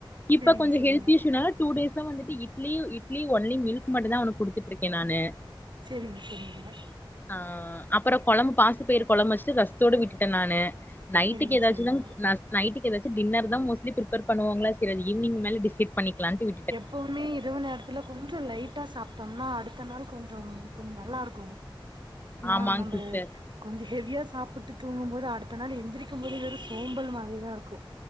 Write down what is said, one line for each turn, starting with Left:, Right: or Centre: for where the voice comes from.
Left: இப்ப
Right: சரிங்க
Left: கொஞ்சம்
Right: சரிங்க
Left: ஹெல்த் இஸ்யூனாலே two days idli idli only milk மட்டும் தான் அவனுக்கு குடுத்துட்டு இருக்கேன் நானு
Right: சரிங்க சரிங்க
Left: ஆஹ் அப்புறம் குழம்பு பாசி பயர் குழம்பு வச்சுட்டு ரசத்தோடு விட்டுட்டேன் நானு நைட்டுக்கு
Right: சரிங்க
Left: ஏதாச்சும்
Right: சரிங்க
Left: தா நா நைட்டுக்கு ஏதாச்சும் டின்னர் தான் மோஸ்ட்லி பிரிப்பேர் பண்ணுவாங்களா நெனைக்கிறேன் அது ஈவனிங் மேல டிசை பண்ணிக்கலாம்ன்ட்டு
Right: பவுமே இரவு நேரத்துல கொஞ்சம் லைட்டா சாப்பிட்டோம்னா ஆ அடுத்த நாள் கொஞ்சம் கொஞ்சம் நல்லா இருக்கும் ந
Left: ஆமாங்
Right: நம்ப
Left: சிஸ்டர்
Right: கொஞ்சம் ஹெவியா சாப்ட்டு தூங்கும் போது அடுத்த நாள் எந்திரிக்கும் போது இது ஒரு சோம்பல் மாரிதான் இருக்கும்